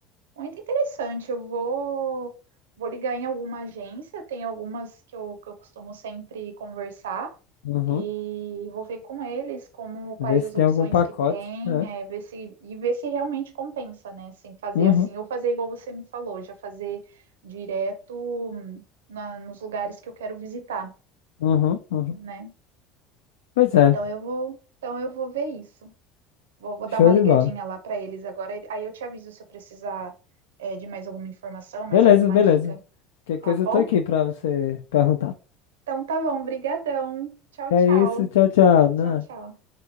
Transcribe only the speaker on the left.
Uhum.
Ver se
tem
algum pacote.
É.
Uhum.
Uhum, uhum.
Pois é,
show
de bola.
Beleza,
beleza.
Que coisa
eu tô aqui pra você perguntar.
É
isso, tchau, tchau. Na-